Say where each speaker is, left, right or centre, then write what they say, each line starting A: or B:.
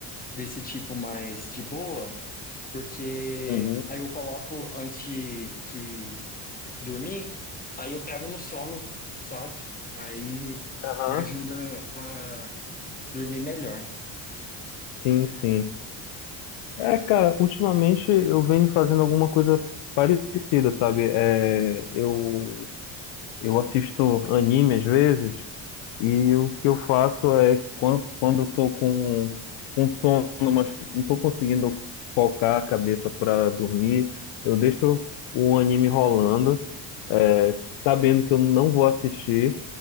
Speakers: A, on the left; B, on the left.
A: desse tipo mais de boa, porque
B: Uhum.
A: aí eu coloco antes de de dormir, aí eu pego no sono, sabe? Aí
B: Aham,
A: me ajuda a dormir melhor.
B: sim, sim. É, cara, ultimamente eu venho fazendo alguma coisa parecida, sabe? É, eu Eu assisto anime às vezes, e o que eu faço é quando, quando eu tô com, com sono, mas não tô conseguindo focar a cabeça para dormir, eu deixo o anime rolando, é, sabendo que eu não vou assistir.